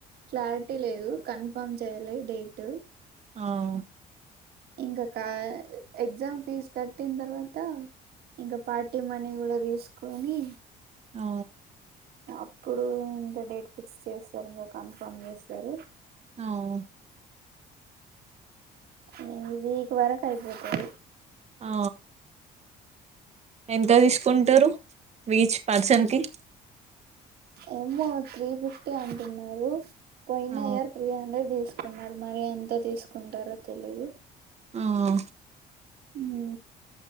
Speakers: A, on the right; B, on the right.
A: క్లారిటీ లేదు కన్ఫామ్ చేయాలే డేటు
B: అవ్
A: ఇంకా కా ఎగ్జామ్ ఫీజ్ కట్టిన తర్వాత ఇంకా పార్టీ మనీ కూడా తీసుకొని
B: ఆ
A: ఇప్పుడు ఇంకా డేట్ ఫిక్స్ చేసారు ఇంగా కన్ఫామ్ చేస్తారు.
B: అఔ
A: ఇ వీక్ వరకు అయిపోతాది
B: ఆ ఎంత తీసుకుంటారు వీచ్ పర్సన్ కి
A: ఏమో త్రీ ఫిఫ్టీ అంటున్నారు పోయిన
B: ఆ
A: ఇయర్ త్రీ హండ్రెడ్ తీస్ కొన్నారు మరి ఎంత తీసుకుంటారో తెలీదు
B: ఆ ఆ
A: ఉ